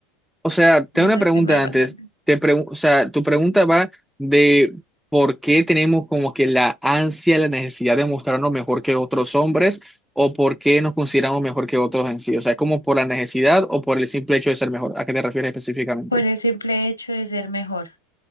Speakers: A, in the centre; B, on the left.
A: O sea, tengo
B: No
A: una
B: sé
A: pregunta
B: si me hago
A: antes.
B: entender.
A: Te pregun- o sea, tu pregunta va de por qué tenemos como que la ansia, la necesidad de mostrarnos mejor que otros hombres o por qué nos consideramos mejor que otros en sí. O sea, ¿es como por la necesidad o por el simple hecho de ser mejor? ¿A qué te refieres específicamente?
B: Por el simple hecho de ser mejor.